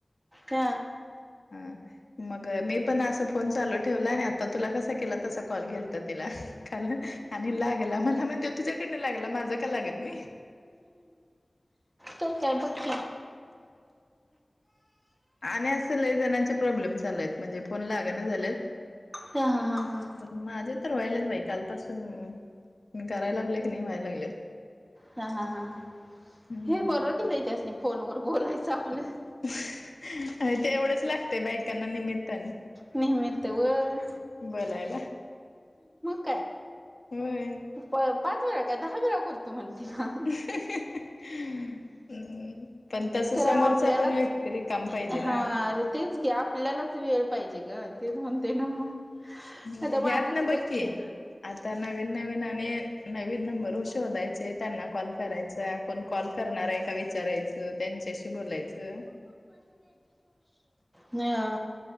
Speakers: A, on the right; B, on the left.
A: का.
B: हा. मग मी पण असं फोन चालू ठेवला आणि आता तुला कसा केला तसा कॉल गेलता तिला. खल आणि लागला मला म्हणत्यात तुझ्याकडन लागला माझा का लागत नही.
A: तर काय बग की.
B: आणि असं लई जणांचे प्रॉब्लेम चालु हायत. म्हणजे फोन लागना झालेत.
A: ह हां हां हां.
B: पण माझे तर व्हायलेत बाई कालपासून मी करायला लागलोय क नाई, व्हायला लागलेत.
A: हा हा हा हा.
B: हम्म
A: हे बर दिलंय त्यासनी फोन वर बोलायचं. आपलं
B: होय तेवढंच लागतेय बायकांना निमित्ताने.
A: निम्हीत वय.
B: बोलायला.
A: काय
B: होय.
A: पाच वेळा काय दहा बेरा करतो म्हणते ना.
B: <inaudible> हम्म पण तस
A: तर
B: समोरच
A: आपल्यालाच
B: पण तरी काम पाहिजे ना.
A: हा अरे तेच की. आपल्यालाच वेळ पाहिजे ग. तेच म्हणते नावो.
B: ह्यात
A: आता माझंच
B: ना बघकी
A: बक्की.
B: आता नवीन नवीन आणि नवीन नंबर शोधायचे, त्यांना कॉल करायचे. कोण कॉल करणार हाय का विचारायचं, त्यांच्याशी बोलायचं.
A: नेहा.